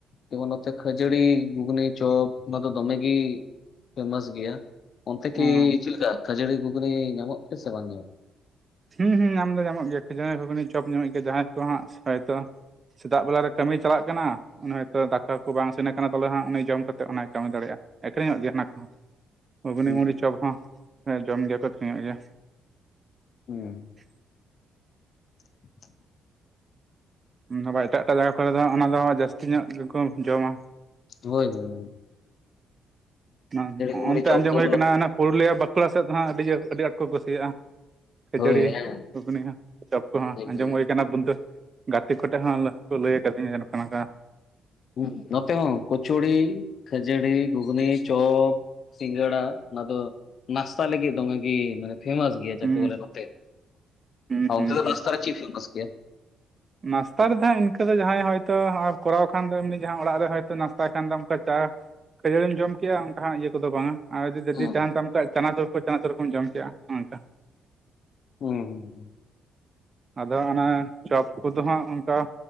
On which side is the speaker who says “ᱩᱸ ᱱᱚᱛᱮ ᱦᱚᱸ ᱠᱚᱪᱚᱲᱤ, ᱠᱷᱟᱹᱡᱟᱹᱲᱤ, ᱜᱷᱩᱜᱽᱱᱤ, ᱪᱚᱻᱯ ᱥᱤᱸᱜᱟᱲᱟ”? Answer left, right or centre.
Left